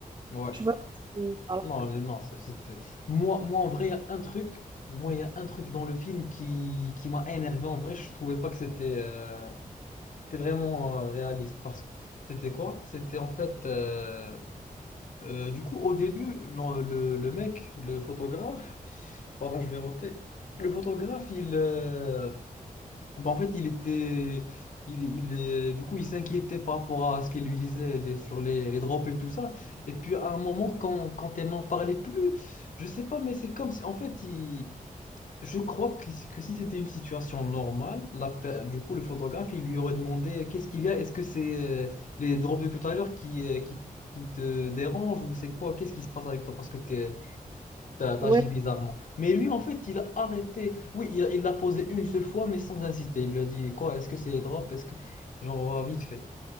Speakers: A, on the left; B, on the right.
A: ouais.
B: Tu vois, parce que- alors
A: Non,
B: que...
A: les- non, c'est. c'est- c'est- Moi, moi, en vrai, il y a un truc. Moi, il y a un truc dans le film qui, qui m'a énervé. En vrai, je trouvais pas que c'était euh, c'était vraiment euh, réaliste. Parce que c'était quoi? C'était en fait. euh, euh, du coup, au début, le, le, le mec, le photographe. Pardon, je vais roter. Le photographe, il. euh, Bah, en fait, il était. Il, il, euh, du coup, il s'inquiétait par rapport à ce qu'elle lui disait les- sur les, les drops et tout ça. Et puis, à un moment, quand, quand elle n'en parlait plus, je sais pas, mais c'est comme si. En fait, il, je crois que, que si c'était une situation normale, la, pe- du coup, le photographe, il lui aurait demandé qu'est-ce qu'il y a? Est-ce que c'est euh, les drops de tout à l'heure qui, euh, qui, qui te dérangent ou c'est quoi? Qu'est-ce qui se passe avec toi? Parce que tu T'as- T'agis
B: Ouais,
A: bizarrement. Mais lui, en fait, il a arrêté. Oui, il il l'a posé une seule fois, mais sans insister. Il lui a dit, quoi, est-ce que c'est les drops? Est-ce que... Genre, vite fait.